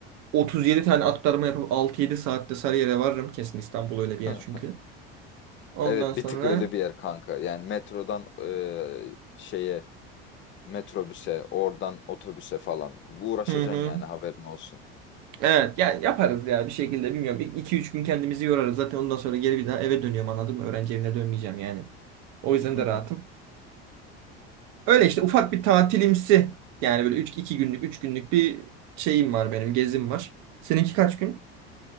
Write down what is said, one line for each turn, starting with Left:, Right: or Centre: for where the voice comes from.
Right: 37 tane aktarma yapıp 6-7 saatte Sarıyer'e varırım. Kesin İstanbul öyle bir yer
Left: hı.
Right: çünkü.
Left: <laughs>
Right: Ondan
Left: Evet
Right: sonra
Left: bir tık öyle bir yer kanka. Yani metrodan e, şeye Metrobüse, oradan otobüse falan. Bu uğraşacaksın
Right: hı hı.
Left: yani haberin olsun.
Right: Evet ya yaparız ya bir şekilde bilmiyorum. iki üç gün kendimizi yorarız. Zaten ondan sonra geri bir daha eve dönüyorum anladın mı? Öğrenci evine dönmeyeceğim yani. O yüzden
Left: Hı
Right: de
Left: hı.
Right: rahatım. Öyle işte ufak bir tatilimsi yani böyle 3 2 günlük 3 günlük bir şeyim var benim gezim var. Seninki kaç gün?